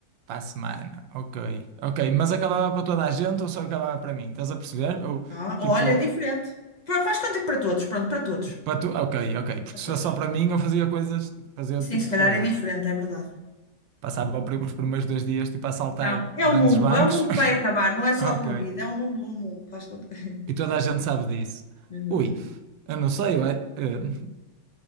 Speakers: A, on the right; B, on the left.
A: Para a semana, ok. Ok, mas acabava para toda a gente ou só acabava para mim? Estás a perceber? Ou
B: Ah, olha,
A: tipo,
B: é diferente. Fa- Faz conta que para todos, pronto, para todos.
A: para tu. Ok, ok. Porque
B: Para
A: se
B: todos.
A: fosse só para mim, eu fazia coisas, fazia outro
B: Sim,
A: tipo
B: se calhar
A: de coisas.
B: é diferente, é verdade.
A: Passava pri- os primeiros dois dias tipo a assaltar
B: Não, é
A: grandes
B: o mundo,
A: bancos.
B: é o mundo que
A: <laughs>
B: vai acabar, não é só
A: Ok.
B: a tua vida, é o mundo, o mundo. Faz conta. <laughs>
A: E toda a gente sabe disso.
B: Exatamente.
A: Ui, eu não sei, ué, eh,